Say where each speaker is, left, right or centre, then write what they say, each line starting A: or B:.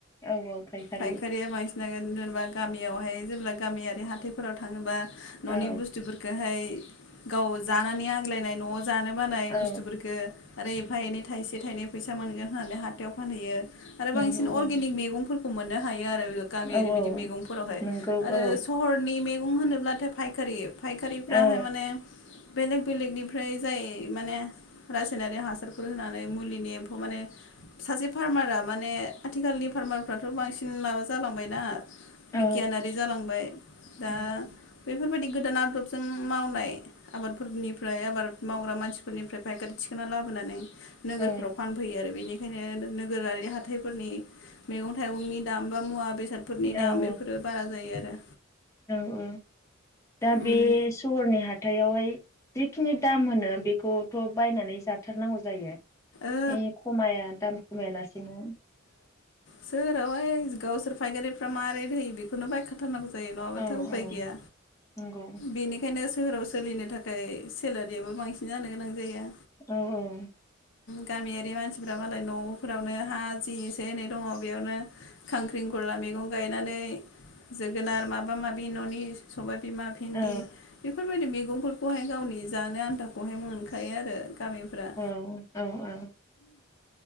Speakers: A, on the left; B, on the left.
A: औ औ फायखारि
B: फायखारिया बांसिन नागोन जेनेबा गामियावहाय। जेब्ला गामियारि हााइफोराव थाङोबा। न'नि
A: औ
B: बुस्थुफोरखौहाय। गाव जानानै आग्लायनाय न'आव। जानो बानाय
A: औ
B: बुस्थुफोरफोरखो। आरो एफा एनै थाइसे थाइनै फैसा मोनगोन होननानै हाथायाव फानहैयो। आरो
A: नंगौ
B: बांसिन अर्गेनिक
A: औ
B: मैगंफोरखौ। मोननो हायो आरो। गामियारि
A: औ
B: बिदि
A: औ
B: मैगं फोरावहाय।
A: नंगौ औ
B: फ होनोब्लाथाय फायखारि। फायखारिफ्राहाय
A: औ
B: माने। बेलेग बेलेगनिफ्राय जाय माने फनारि हासारफोर होनानै मुलिनि एम्फौ माने सासे फार्मारा माने आथिखालनि फार्मारफ्राथ' बांसिन माबा जालांबायना।
A: औ
B: बिगियानारि जालांबाय दा
A: नंगौ
B: बेफोरबायाददि। गोदान आदबजों मावनाय आबादफोरनिफ्राय आबाद मावग्रा मानसिफोरनिफ्राय फाइकारि। थिखोनना लाबोनानै। नोगोरफोराव
A: औ
B: फानफैयो आरो बिनि बेखायनो नोगोरारि हााइफोरनि मैगं थाइगंनि दाम बा मुवा बे हथादफोरनि
A: औ
B: दाम बेफोरो बारा जायो आरो।
A: औ औ दा
B: उम
A: बे सहरनि हाथायावहाय। जिखिनि दाम होनो बेखौथ' बायनानै जाथारनांगौ जायो।
B: ओ
A: ए खमाया दाम खमायालासिनो।
B: सोराव इ गावसोर फायगारिफ्रा माबारै दैयो बेखौनो बायखाथारनांगौ। जायो नङाबाथ'
A: औ
B: उफाय
A: औ
B: गैया
A: नंगौ
B: बेनिखायनो। सोहोराव सोलिनो थाखाय सेलारियाबो बांसिन जानो गोनां जाया।
A: औ औ।
B: गामियारि बे मानसिफोरा्रा मालाय न'आव। फोरावनो हा जि एसे एनै दङ बेयावनो खांख्रिं गुरला मैगं गायनानै। जोगोनार माबा माबि। ननि सबबाय बिमा, भिन्दि
A: औ
B: बेफोरबायदि मैगं न'फोरखौहाय गावनि जानो आनथाखौहाय मोनखायो आरो। <unintelligible>
A: औ औ औ।